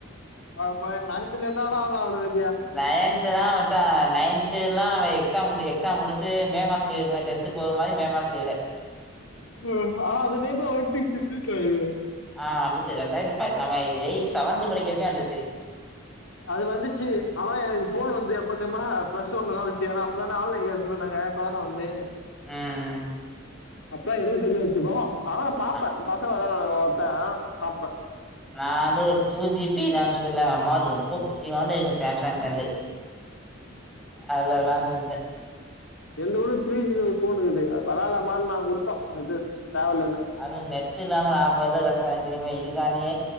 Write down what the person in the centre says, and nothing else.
நயன்த்து நா ச்சா நைன்துலா நம்ம எக்ஸாம் மு எக்ஸாம் முடிச்சு மே மாச லீவுல டென்து போக மாரி மேமாச லீவுல
ஆ வந்துச்சு ரெண்டாயிரத்தி பதினாலே எய் செவன்த்து படிக்கிறப்பே வந்துச்சு
ம்.
அ
ந வந்து ஒரு டூ ஜிபி ரேம்ஸ் இல்ல எங்க அம்மாவுது ரொம்ப குட்டி ஓன்டு சாம்சங் செல்லு அதுல விளான்ருந்த
அது நெட்டு இல்லாம நாபட்ற கஷ்ட எனக்கு தெரியுமே இதுக்கானே